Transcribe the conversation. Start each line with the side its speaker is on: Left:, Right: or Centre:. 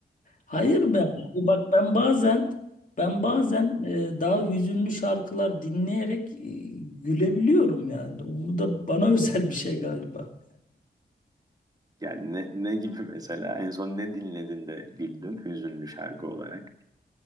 Left: Hayır be abi. Bak ben bazen ben bazen e, daha hüzünlü şarkılar dinleyerek e, gülebiliyorum yani. Bu da bana <laughs> özel bir şey galiba.
Right: Yani ne, ne gibi mesela en son ne dinledin de güldün hüzünlü şarkı olarak?